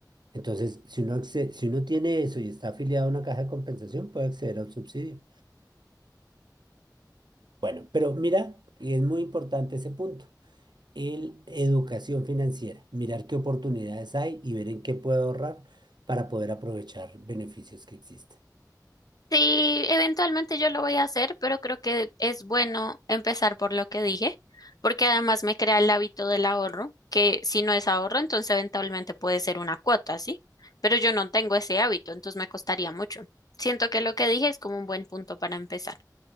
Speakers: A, on the right; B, on the left.
A: Entonces, si uno, acce- si uno tiene eso y está afiliado a una caja de compensación, puede acceder a un subsidio. Bueno, pero mira, y es muy importante ese punto. el educación financiera, mirar qué oportunidades hay y ver en qué puedo ahorrar para poder aprovechar beneficios que existen.
B: Sí, eventualmente yo lo voy a hacer, pero creo que es bueno empezar por lo que dije, porque además me crea el hábito del ahorro, que si no es ahorro, entonces eventualmente puede ser una cuota, ¿sí? Pero yo no tengo ese hábito, entonces me costaría mucho. Siento que lo que dije es como un buen punto para empezar.